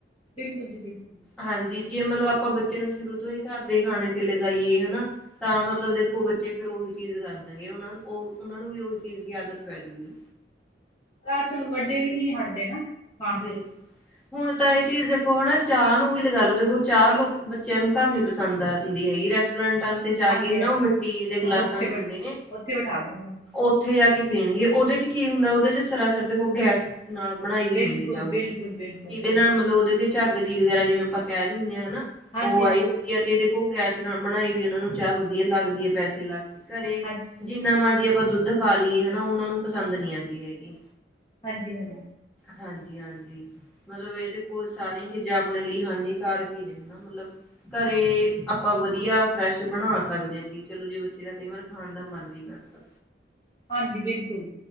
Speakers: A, on the left (about 30°); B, in the centre.
A: ਬਿਲਕੁਲ ਜੀ, ਬਿਲਕੁਲ।
B: ਹਾਂਜੀ, ਜੇ ਮਤਲਬ ਆਪਾਂ ਬੱਚੇ ਨੂੰ ਸ਼ੁਰੂ ਤੋਂ ਹੀ ਘਰ ਦੇ ਖਾਣੇ 'ਤੇ ਲਗਾਈਏ, ਹਨਾ। ਤਾਂ ਮਤਲਬ ਦੇਖੋ, ਬੱਚੇ ਫਿਰ ਉਹੀ ਚੀਜ਼ ਕਰਨਗੇ। ਉਹਨਾ ਨੂੰ ਉਹ ਉਹਨਾਂ ਨੂੰ ਵੀ ਉਹੀ ਚੀਜ਼ ਦੀ ਆਦਤ ਪੈ ਜੂਗੀ।
A: ਅੱਜ- ਕੱਲ ਵੱਡੇ ਵੀ ਨਹੀਂ ਹਟਦੇ ਨਾ। ਖਾਣ
B: ਬਿਲਕੁਲ
A: ਤੋਂ
B: ਹੁਣ ਤਾਂ ਇਹ ਚੀਜ਼ ਦੇਖੋ, ਹਨਾ। ਚਾਹ ਨੂੰ ਵੀ ਲਗਾਲੋ। ਦੇਖੋ, ਚਾਹ ਲੋਕ ਬੱਚਿਆਂ ਨੂੰ ਘਰ ਨੀ ਪਸੰਦ ਆਉਂਦੀ ਹੈਗੀ। ਰੈਸ ਟੈਂਟਾਂ ਤੇ ਜਾ
A: ਹਾਂਜੀ
B: ਕੇ, ਹਨਾ
A: ਹਾਂਜੀ
B: ਉਹ ਮਿੱਟੀ ਦੇ ਗਲਾਸਾਂ
A: ਉੱਥੇ
B: ਚ
A: ਬ
B: ਹੁੰਦੇ ਨੇ।
A: ਉੱਥੇ ਬਿਠਾ ਦੋ ਉਹਨਾਂ ਨੂੰ
B: ਉੱਥੇ ਜਾ ਕੇ ਪੀਣਗੇ, ਉਹਦੇ ਚ ਕੀ ਹੁੰਦਾ, ਉਹਦੇ ਚ ਸਰਾਸਰ ਦੇਖੋ, ਗੈਸ ਨਾਲ ਬਣਾਈ ਵੀ
A: ਬਿਲਕੁਲ
B: ਹੁੰਦੀ। ਐ ਉਹੋ,
A: ਬਿਲਕੁਲ ਬਿਲਕੁਲ
B: ਜਿਹਦੇ ਨਾਲ ਮਤਲਬ ਉਹਦੇ ਤੇ ਝੱਗ ਜੀ ਵਗੈਰਾ, ਜਿਵੇਂ ਆਪਾਂ ਕਹਿ ਦਿੰਨੇ ਆ ਹਨਾ,
A: ਹਾਂਜੀ
B: ਉਹ ਆਈ
A: ਹਾਂਜੀ
B: ਕੀ ਐ ਤੇ ਦੇਖੋ, ਗੈਸ ਨਾਲ ਬਣਾਈ ਹੋਈ ਵੀ ਉਨ੍ਹਾਂ ਨੂੰ ਚਾਹ ਵਧੀਆ ਲਗਦੀ ਐ, ਪੈਸੇ ਲਾ ਕੇ। ਘਰੇ
A: ਹਾਂਜੀ
B: ਜਿੰਨਾ ਮਰਜ਼ੀ ਆਪਾਂ ਦੁੱਧ ਪਾ ਲੀਏ ਹਨਾ, ਉਹਨਾਂ ਨੂੰ ਪਸੰਦ ਨਹੀਂ ਆਂਦੀ ਹੈਗੀ।
A: ਹਾਂਜੀ- ਹਾਂਜੀ।
B: ਹਾਂਜੀ -ਹਾਂਜੀ। ਮਤਲਬ ਇਹਦੇ ਕੋਲ ਸਾਰੀਆਂ ਚੀਜ਼ਾਂ ਆਪਣੇ ਲਈ ਹਾਨੀਕਾਰਕ ਹੀ ਨੇ, ਹਨਾ? ਮਤਲਬ ਘਰੇ ਆਪਾਂ ਵਧੀਆ ਫਰੈਸ਼ ਬਣਾ ਸਕਦੇ ਹਾਂ ਜੀ। ਚਲੋ ਜੇ ਬੱਚੇ ਦਾ ਕਈ ਵਾਰ ਖਾਣ ਦਾ ਮਨ ਜੀ, ਕਰਦਾ।
A: ਹਾਂਜੀ, ਬਿਲਕੁਲ।